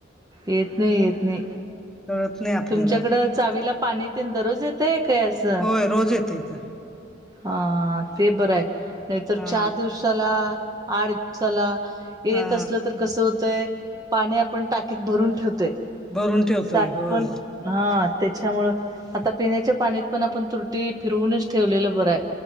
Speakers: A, on the right; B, in the centre.
A: येेत नाही येेत नाही
B: कळत नाही आपल्याला
A: तुमच्याकडं चावीला पाणी ते दररोज येतय काय असं
B: होय रोज येत इथं
A: हा ते बरं आहे नाहीतर
B: हा
A: चार दिवसाला आठ दिवसाला येत
B: हा
A: असलं तर कस होतय पाणी आपण टाकीत भरून ठेवते
B: भरून ठेवतोय
A: साठ
B: होय
A: पण हा त्याच्यामुळं आता पिण्याच्या पाणीत पण आपण तुटी फिरवूनच ठेवलेलं बरं आहे